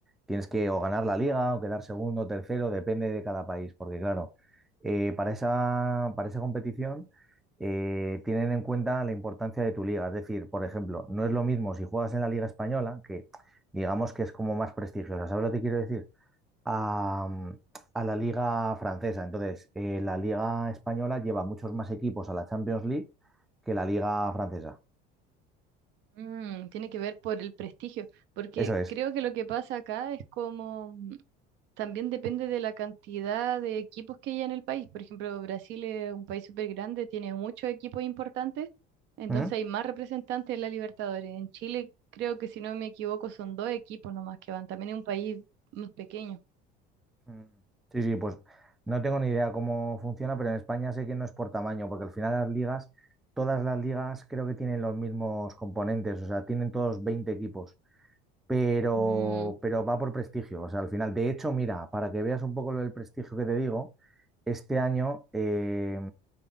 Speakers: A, in the centre; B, on the right.
A: tienes que o ganar la liga o quedar segundo, tercero, depende de cada país, porque claro, eh, para esa, para esa competición eh, tienen en cuenta la importancia de tu liga. Es decir, por ejemplo, no es lo mismo si juegas en la Liga Española, que digamos que es como más prestigiosa. ¿Sabes lo que quiero decir? a, mm, a la liga francesa. Entonces, eh, la liga española lleva muchos más equipos a la Champions League que la liga francesa.
B: Mm, tiene que ver por el prestigio, porque
A: Eso es.
B: creo que lo que pasa acá es como mm, también depende de la cantidad de equipos que hay en el país. Por ejemplo, Brasil es un país súper grande, tiene muchos equipos importantes, entonces
A: ¿Mm?
B: hay más representantes en la Libertadores. En Chile, creo que si no me equivoco, son dos equipos nomás que van, también es un país más pequeño.
A: Mm. Sí, sí, pues no tengo ni idea cómo funciona, pero en España sé que no es por tamaño, porque al final las ligas, todas las ligas creo que tienen los mismos componentes, o sea, tienen todos 20 equipos. Pero,
B: Mm,
A: pero va por prestigio, o sea, al final. De hecho, mira, para que veas un poco el prestigio que te digo, este año, eh,